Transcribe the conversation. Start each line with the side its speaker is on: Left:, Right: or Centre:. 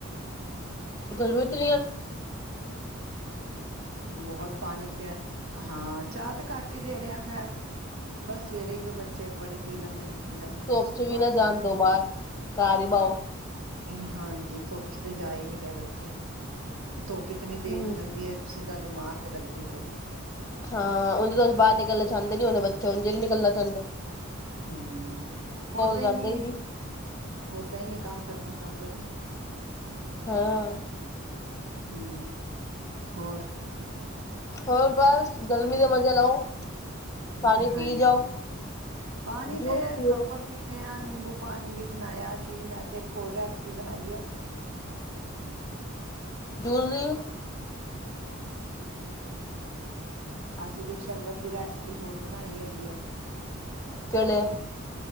Left: ਗਲਵਤਲੀਆਂ
Right: ਬਹੁਤ ਪਾਣੀ ਪਿਆ ਹਾਂ, ਚਾਹ ਤੇ ਘੱਟ ਹੀ ਦੇ ਰਹੇ ਆ ਖੈਰ ਬਸ ਸਵੇਰੇ ਹੀ ਜੋ ਬੱਚੇ ਇੱਕ ਵਾਰੀ ਪੀ ਲੈਂਦੇ ਨੇ ਪੀ ਲੈਂਦੇ
Left: ਧੁੱਪ
Right: ਨੇ ਉਸ ਤੋਂ
Left: ਚ
Right: ਬਾਅਦ
Left: ਵੀ ਨਾ ਜਾਣ
Right: ਜਾ
Left: ਦੋ
Right: ਕੇ
Left: ਬਾਹਰ
Right: ਨਹੀਂ
Left: ਘਰ ਹੀ ਬਾਓ
Right: ਹਾਂ ਧੁੱਪ ਚ ਤਾਂ ਜਾ ਹੀ ਨੀ ਰਿਹਾ ਬੱਚੇ ਤੇ ਧੁੱਪ ਇਤਨੀ
Left: ਹੂੰ
Right: ਤੇਜ਼ ਹੋ ਜਾਂਦੀ ਹੈ ਜਿੱਾਂਮਾਗ ਤੇ ਲੱਗਦੀ ਹੈ ਧੁੱਪ
Left: ਹਾਂ ਉਦੇ ਤੋਂਂ ਬਾਹਰ ਨਿਕਲਣਾ ਚਾਹੁੰਦੇ ਨੀ ਉਹਦੇ ਬੱਚੇ ਉਦੇ ਨੀ ਨਿਕਲਣਾ ਚਾਹੁੰਦੇ ਹਾਂ
Right: ਹਮ ਉਦਾਂ
Left: ਜਾਂਦਾ
Right: ਹੀ ਨਹੀਂ
Left: ਨੀ
Right: ਉਦਾਂ ਹੀ ਨਹੀਂ ਕੰਮ ਕਰਨਾ ਚਾਹੁੰਦੇ ਤੇ
Left: ਹਾਂ
Right: ਹਮ ਹੋਰ
Left: ਹੋਰ ਬਸ ਗਰਮੀ ਦੇ ਮਜੇ ਲਓ ਪਾਣੀ
Right: ਹਾਂਜੀ
Left: ਪੀ ਜਾਓ
Right: ਪਾਣੀ
Left: ਜੂਸ
Right: ਤੇ
Left: ਪੀਓ
Right: ਪ੍ਰੋਪਰ ਪੀਂਦੇ ਹਾਂ ਨਿੰਬੂ ਪਾਣੀ ਵੀ ਬਣਾਇਆ ਸੀ ਇੱਕ ਹੋਰ ਰੈਸਪੀ ਬਣਾਈ ਹੈ
Left: ਦੂਸਰੀ
Right: ਅਸੀਂ ਤੇ ਸ਼ਰਬਤ ਦੀ ਰੈਸਿਪੀ ਹੋਰ ਬਣਾਈ ਹੈਗੀ ਹੈ
Left: ਚੜੇ